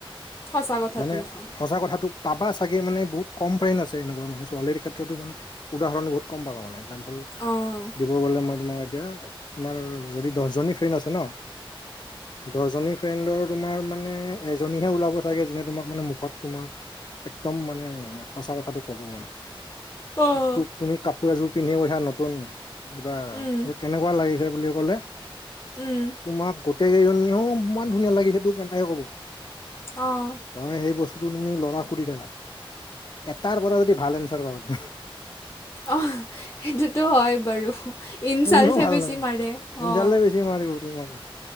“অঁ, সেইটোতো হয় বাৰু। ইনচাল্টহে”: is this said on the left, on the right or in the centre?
Left